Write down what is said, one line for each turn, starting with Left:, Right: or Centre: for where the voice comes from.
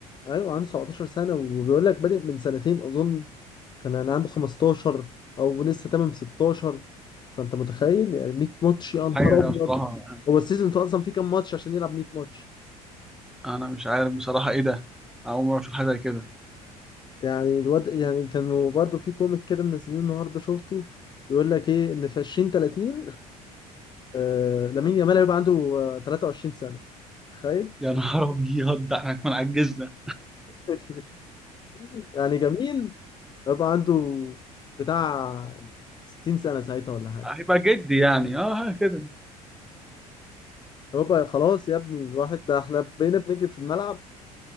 Left: أيوه عنده 17 سنة وبيقول لك بادئ من سنتين أظن كان أنا عنده 15 أو لسه تمام 16 فأنت متخيل يعني 100 ماتش يا نهار
Centre: حاجه
Left: أبيض
Centre: بصراحه
Left: هو السيزون فيه أصلا فيه كام ماتش عشان يلعب 100 ماتش
Centre: انا مش عارف بصراحه ايه ده اول مره اشوف حاجه زي كده
Left: يعني الواد يعني كانوا برضو في كوميك كده منزلينه النهارده شفته بيقول لك ايه ان في 20 30 آه لامين يامال هيبقى عنده آه 23 سنه تخيل
Centre: <laughs> يا نهار ابيض ده احنا هنكون عجزنا
Left: <laughs> يعني جميل هيبقى عنده بتاع 60 سنه ساعتها ولا حاجه
Centre: هيبقى جدي يعني اه ها كده
Left: هيبقى خلاص يا ابني الواحد ده احنا بقينا بنجري في الملعب